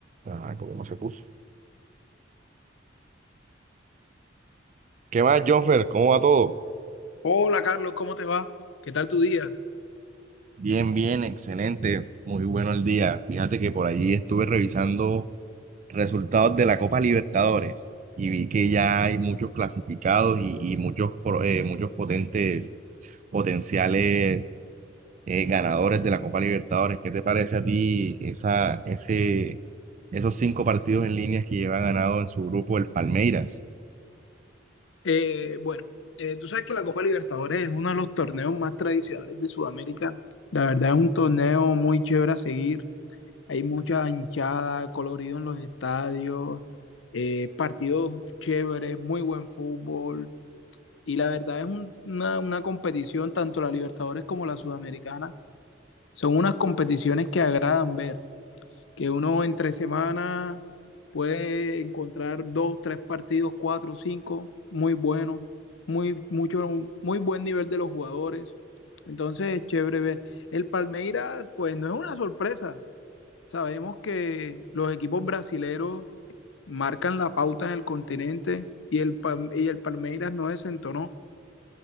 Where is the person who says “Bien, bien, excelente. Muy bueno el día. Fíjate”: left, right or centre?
Right